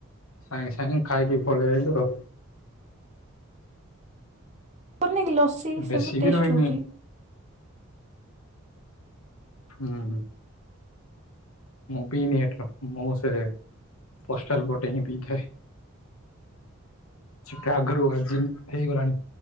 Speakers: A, on the left (about 80°); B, on the right (about 30°).
A: ସାଙ୍ଗେ ସାଙ୍ଗେ ଖାଇକି ପଳେଇ ଆଇଲୁ ଆଉ।
B: କରିନି କି ଲସି
A: ବେଶୀ
B: ସବୁ
A: ବି
B: ଟେଷ୍ଟ
A: ରହିନି
B: ହେଉଛି।
A: ହୁଁ। ମୁଁ ପିଇନି ଏଠ। ମୁଁ ସେ ପଷ୍ଟାଲ ବୋଟେ ହିଁ ପିଇଥାଏ। ଚିଠା ଆଗରୁ ଆଜି ହେଇଗଲାଣି।